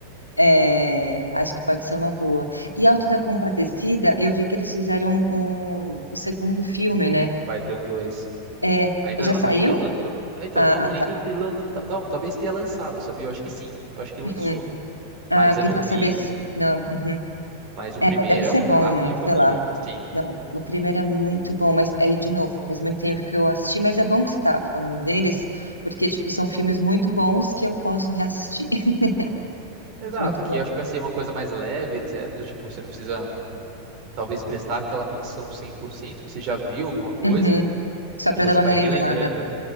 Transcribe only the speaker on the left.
É, acho que pode ser uma boa. E Auto da Compadecida, eu vi que eles fizeram um, um, o segundo filme, né?
É,
já
saiu?
Ah,
tá.
Uhum. Ah,
queria
saber se... Não, uhum.
É,
mas deve ser
bom,
né?
Sei lá.
Não, o primeiro é muito bom, mas aí, de novo, faz muito tempo que eu assisti, mas é bom que você tava falando deles, porque, tipo, são filmes muito bons que eu posso reassistir. <laughs>
Muito
bom.
Uhum. Só pra
dar uma
relembrada.